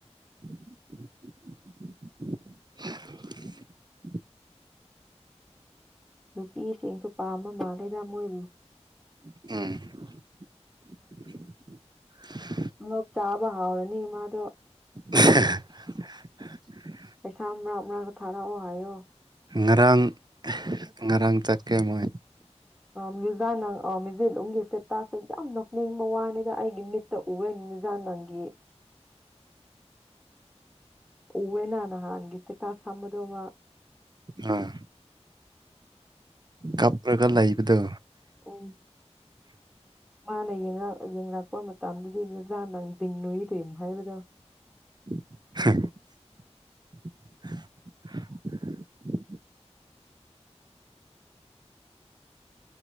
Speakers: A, on the right; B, in the centre.
A: <inaudible>
B: ꯅꯨꯄꯤꯁꯤꯡꯁꯨ ꯄꯥꯝꯕ ꯃꯥꯜꯂꯦ ꯔꯃꯣꯏꯕ
A: ꯎꯝ
B: ꯂ ꯆꯥꯕ ꯍꯥꯎꯔꯅꯤ ꯃꯥꯗꯣ꯫
A: ꯍꯦꯍꯥ
B: ꯄꯩꯁꯥ ꯑꯃ ꯊꯔꯑꯣ ꯍꯥꯏꯌꯣ꯫
A: ꯉꯔꯥꯡ ꯉꯔꯥꯡ ꯆꯠꯀꯦ ꯃꯣꯏ꯫
B: ꯃ꯭ꯌꯨꯖꯥꯅ ꯃꯌꯨꯖꯦꯂꯝꯒꯤꯁꯦ ꯇꯥꯁ ꯌꯥꯝ ꯅ ꯅꯤꯡꯕ ꯋꯥꯅꯤꯗ ꯑꯩꯒꯤ ꯃꯤꯠ ꯎꯕ ꯅꯤꯡꯖ ꯅꯪꯒꯤ ꯎꯋꯦꯅ ꯅꯥꯍꯟꯒꯤꯁꯤ ꯀꯥ ꯁꯝꯕꯗ ꯃꯥ
A: ꯑꯥ꯫ ꯀꯞ꯭ꯄꯔꯒ ꯂꯩꯕꯗꯨ꯫
B: ꯎꯝ ꯃꯥꯅ ꯌꯦꯡꯉꯥꯛꯄ ꯃꯇꯝꯗꯗꯤ ꯅꯖꯥ ꯅꯪ ꯇꯤꯡꯂꯨꯏ ꯀ ꯍꯥꯏꯕꯗꯣ꯫
A: ꯍꯦ